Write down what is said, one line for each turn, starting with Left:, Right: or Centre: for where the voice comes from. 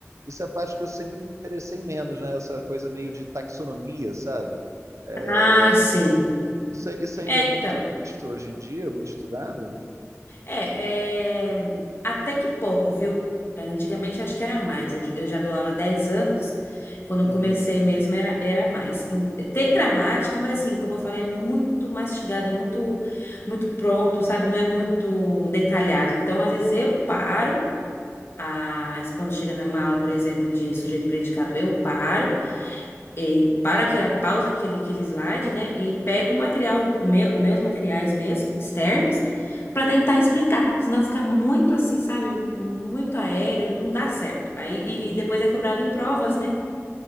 Right: isso é a parte que eu sempre me interessei menos, né? Essa coisa meio de taxonomia, sabe? É,
Left: Ah, sim.
Right: isso, é- isso ainda
Left: É,
Right: é
Left: então.
Right: muito visto hoje em dia, muito estudado?
Left: É, é, até que pouco, viu? É, Antigamente eu acho que era mais. Eu, eu já dou aula há 10 anos. Quando
Right: Uhum,
Left: eu comecei mesmo era, era mais. Em- eh, Tem gramática, mas assim, como eu falei, é muito mastigado, é muito, muito pronto, sabe? Não é muito detalhado. Então, às vezes eu paro. Ah, quando chega numa aula, por exemplo, de sujeito predicado, eu paro eh, para aquela pausa aquele, aquele slide, né? E pego o material, meu- meus materiais mesmo, externos, para tentar explicar. Senão fica muito assim, sabe? Muito aéreo, não dá certo. Aí, e, e depois é cobrado em provas, né?